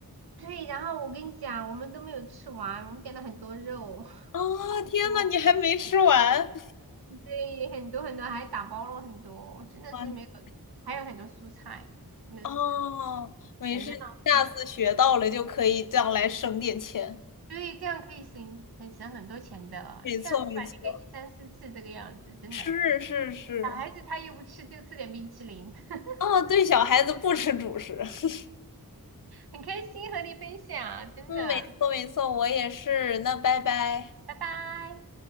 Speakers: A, on the right; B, on the left.
A: 对。然后我跟你讲，我们都没有吃完，我们点了很多肉，<laughs>
B: 啊、天呐，
A: 多，
B: 你还没吃完
A: 对，很多很多，还打包了很多，真的是没有，
B: 啊。
A: 还有很多蔬菜，真的是
B: 哦，没事，
A: 感觉浪费。
B: 下次学到了就可以将来省点钱。
A: 对，这样可以省很省很多钱的，
B: 没错，
A: 你下次吧，
B: 没错，
A: 你可以去三四次这个样子，真的。
B: 是是是。
A: 小孩子他又不吃，就吃点冰淇淋，<laughs>
B: 哦，对，小孩子不吃主食。<laughs>
A: 很开心和你分享，真的，
B: 嗯，没错没错，我也是。那拜拜。
A: 拜拜。